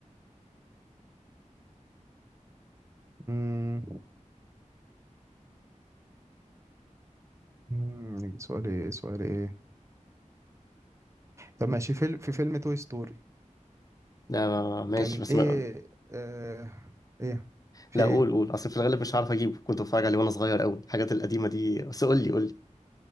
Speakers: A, on the right; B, on the left.
A: مم. مم. سؤال إيه سؤال إيه طب ماشي في فيلم في فيلم توي ستوري
B: لا ما- ماشي
A: كان
B: بس
A: إيه
B: ما...
A: آه... إيه في
B: لا
A: إيه
B: قول قول اصل في الغالب مش هعرف اجيبه كنت بتفرج عليه وانا صغير قوي الحاجات القديمة دي بس قول لي قول لي